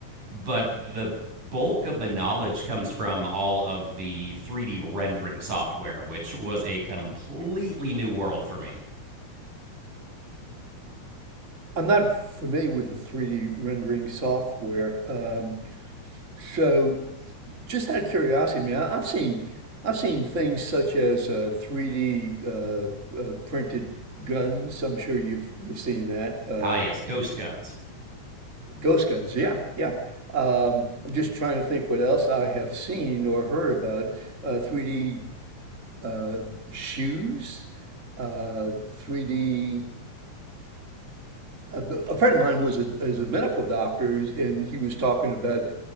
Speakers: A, on the right (about 90°); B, on the right (about 25°).
A: But the bulk of the knowledge comes from all of the 3D rendering software, which was a completely new world for me.
B: I'm not familiar with the 3D rendering software. Uh, so, Just out of curiosity, I mean, I, I've seen I've seen things such as uh, 3D uh, uh, printed guns. I'm sure you've you've seen that. Uh,
A: Ah, yes, ghost guns.
B: ghost guns. Yeah, yeah. Um, I'm just trying to think what else I have seen or heard about uh, 3D uh, shoes, uh, 3D a, a friend of mine was a, is a medical doctor, and he was talking about